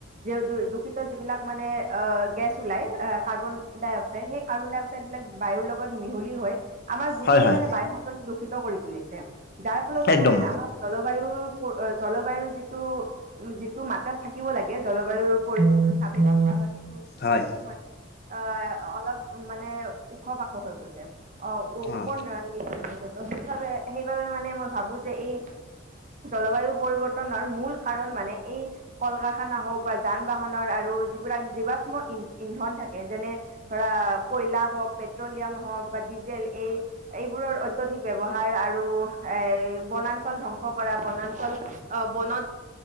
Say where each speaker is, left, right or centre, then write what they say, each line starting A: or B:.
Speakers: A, on the right; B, on the left.
A: যে দূষিত যিবিলাক মানে আহ গেছ ওলাই আহ কাৰ্বন ডাই অক্সাইড সেই কাৰ্বন ডাই অক্সাইড বিলাক বায়ুৰ লগত মিহলি হয় আমাৰ গোটেই
B: হয় হয়
A: মান বায়ুণ্ডল দুষ ইত কৰি তুলিছে যাৰ ফলত মানে
B: একদম
A: আমাৰ জল জলবায়ুৰ জলবায়ুৰ যিটো উ যিটো মাত্ৰাত থাকিব লাগে জলবায়ুৰ পৰি্ৱৰ্তন <unintelligible> স্বাভাৱিক
B: হয়
A: ৰূপটো মানে অহ অলপ মানে ওখ পাখৰ হৈ গৈছে অ উ উপপন
B: অ
A: ৰ তা পা সেইবাবে সেইবাবে মানে মই ভাবো যে এই জলবায়ু পৰিৱৰ্তনৰ মূল কাৰণ মানে এই কল-কা কাৰখানা হওক বা যান বাহনৰ আৰু যিবাক জীৱাশ্ম ইন ইন্ধন থাকে যেনে ধৰা কয়লা হওক পেট্ৰলিয়াম হওক বা ডিজেল এই এইবোৰৰ অত্যধিক ব্যৱহাৰ আৰু এই বনাঞ্চল ধ্বংস কৰা বনাঞ্চল অ বনত